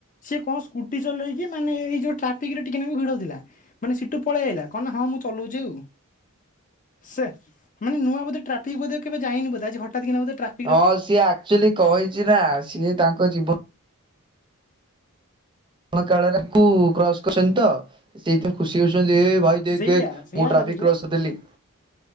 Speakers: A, on the left; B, on the right.
A: ସେକଣ ସ୍କୁଟି ଚଲେଇକି ମାନେ ଏଇ ଯୋଉ ଟ୍ରାଫିକିରେ ଟିକେ ନାଗୁରୁ ଭିଡ଼ ଥିଲା। ମାନେ ସେଠୁ ପଳେଇଆଇଲା କଣନା ହଁ ମୁଁ ଚଲଉଚି ଆଉ। ସେ ମାନେ ନୂଆ ବୋଧ ଟ୍ରଫିକ ବୋଧେ ଯାଇନି ବୋଧ ଆଜି ହଠାତ୍ କିନା ବୋଧେ ଟ୍ରାଫକ
B: ହଁ ସିଏ ଆକ୍ଚୁଆଲି କହିଚିନା ସିଏ ତାଙ୍କ ଜୀବ କଣ କାଳକୁ କ୍ରସ କରିଚନ୍ତିତ ସେଇଥିାଇଁ ଖୁସି ହଉଚନ୍ତି ଏ ଭାଇ ଦେଖ
A: ସେଇଆ
B: ଦେଖ
A: ସେଇଆ
B: ମୁଁ
A: ଲାଗୁଛି
B: ଟ୍ରାଫିକ୍ କ୍ରସ କରିଦେଲି।